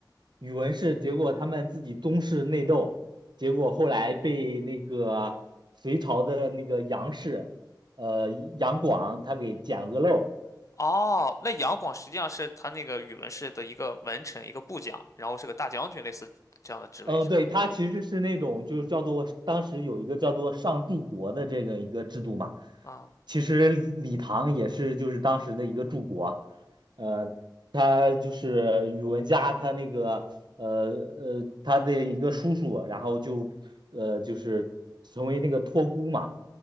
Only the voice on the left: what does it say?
哦，那杨广实际上是他那个宇文氏的一个门臣，一个部将，然后是个大将军，类似这样的职位是吗？
啊，